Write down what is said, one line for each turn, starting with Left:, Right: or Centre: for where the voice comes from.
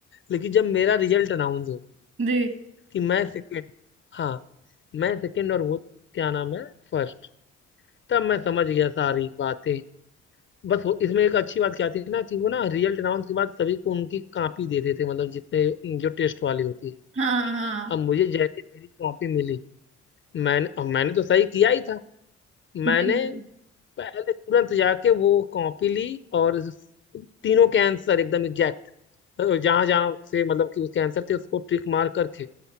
Left: लेकिन जब मेरा रिजल्ट अनाउंस हुआ
Right: जी
Left: कि मैं सेकेंड हाँ मैं सेकेंड और वो क्या नाम है फर्स्ट तब मैं समझ गया सारी बातें बस वो इसमें एक अच्छी बात क्या थी ना कि वो ना रियल अनाउंस के बाद सभी को उनकी कॉपी दे देते थे मतलब जितने जो टेस्ट वाली होती है
Right: हाँ हाँ
Left: अब मुझे जैसे मेरी कॉपी मिली मैंने अब मैंने तो सही किया ही था मैंने
Right: जी
Left: पहले तुरंत जाके वो कॉपी ली और तीनों के आंसर एकदम एग्जैक्ट जहां जहां से मतलब कि उसके आंसर थे उसको ट्रिक मार करके